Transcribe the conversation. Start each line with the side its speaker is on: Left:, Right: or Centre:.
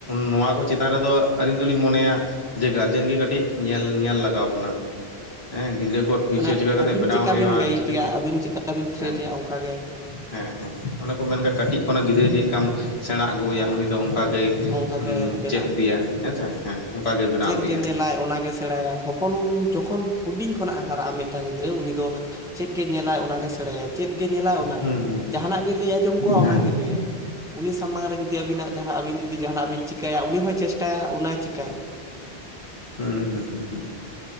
Left: ᱱᱚᱣᱟ ᱠᱚ ᱪᱮᱛᱟᱱ ᱨᱮᱫᱚ ᱟᱹᱞᱤᱧ ᱫᱚᱞᱤᱧ ᱢᱚᱱᱮᱭᱟ ᱡᱮ ᱜᱟᱨᱡᱮᱱ ᱜᱮ ᱠᱟᱹᱴᱤᱡ ᱧᱮᱞ ᱧᱮᱞ ᱞᱟᱜᱟᱣ ᱵᱚᱱᱟ ᱦᱮᱸ ᱜᱤᱫᱽᱨᱟᱹ ᱠᱚᱣᱟᱜ ᱯᱷᱤᱭᱩᱪᱟᱨ
Centre: ᱚᱱᱮ
Left: ᱪᱤᱠᱟ ᱠᱟᱛᱮᱜ
Centre: ᱟᱹᱵᱤᱱ
Left: ᱵᱮᱱᱟᱣ
Centre: ᱪᱮᱠᱟ
Left: ᱦᱩᱭᱩᱜᱼᱟ
Centre: ᱵᱤᱱ ᱜᱟᱭᱤᱰᱮᱭᱟ
Left: ᱪᱤᱠᱟᱹᱜ
Centre: ᱟᱹᱵᱤᱱ ᱪᱮᱠᱟ ᱵᱤᱱ ᱛᱷᱨᱮᱴᱮᱭᱟ
Left: ᱦᱮᱸ
Centre: ᱚᱱᱠᱟᱜᱮ
Left: ᱦᱮᱸ ᱦᱮᱸ ᱚᱱᱮ ᱠᱚ ᱢᱮᱱᱠᱷᱟᱱ ᱠᱟᱹᱴᱤᱡ ᱠᱷᱚᱱᱟᱜ ᱜᱤᱫᱽᱨᱟᱹ ᱪᱮᱫ ᱞᱮᱠᱟᱢ ᱥᱮᱬᱟ ᱟᱹᱜᱩᱟᱭᱟ ᱩᱱᱤ ᱫᱚ ᱚᱱᱠᱟ ᱜᱮ
Centre: ᱚᱱᱠᱟᱜᱮ ᱵᱮᱱᱟᱜᱼᱟ
Left: ᱪᱮᱫ ᱤᱫᱤᱭᱟ ᱦᱮᱸᱥᱮ ᱦᱮᱸ ᱚᱱᱠᱟ ᱵᱮᱱᱟᱣ
Centre: ᱪᱮᱫ
Left: ᱤᱫᱤᱜᱼᱟ
Centre: ᱜᱮ ᱧᱮᱞᱟᱭ ᱚᱱᱟᱜᱮ ᱥᱮᱬᱟᱭᱟᱭ ᱦᱚᱯᱚᱱ ᱡᱚᱠᱷᱚᱱ ᱦᱩᱰᱤᱧ ᱠᱷᱚᱱᱟᱜᱼ ᱮ ᱦᱟᱨᱟᱜᱼᱟ ᱢᱤᱫᱴᱟᱝ ᱜᱤᱫᱽᱨᱟᱹ ᱩᱱᱤ ᱫᱚ ᱪᱮᱫ ᱜᱮᱭ ᱧᱮᱞᱟᱭ ᱚᱱᱟᱜᱮ ᱥᱮᱬᱟᱭ ᱪᱮᱫ ᱜᱮᱭ ᱧᱮᱞᱟᱭ ᱚᱱᱟᱜᱮ
Left: ᱦᱩᱸ ᱦᱩᱸ
Centre: ᱡᱟᱦᱟᱱᱟᱜ ᱜᱮᱭ ᱞᱟᱹᱭ ᱟᱸᱡᱚᱢ ᱠᱚᱜᱼᱟ
Left: ᱦᱮᱸ
Centre: ᱚᱱᱟᱜᱮᱭ
Left: ᱦᱮᱸ
Centre: ᱞᱟᱹᱭ ᱟ ᱩᱱᱤ ᱥᱟᱢᱟᱝ ᱨᱮ ᱡᱩᱫᱤ ᱟᱹᱵᱤᱱᱟᱜ ᱡᱟᱦᱟᱸ ᱟᱹᱵᱤᱱ ᱡᱩᱫᱤ ᱡᱟᱦᱟᱱᱟᱜ ᱵᱤᱱ ᱪᱤᱠᱟᱹᱭᱟ ᱩᱱᱤ ᱦᱚᱸᱭ ᱪᱮᱥᱴᱟᱭᱟ ᱚᱱᱟᱭ ᱪᱤᱠᱟᱭᱟ
Left: ᱦᱩᱸ ᱦᱩᱸ ᱦᱩᱸ ᱦᱩ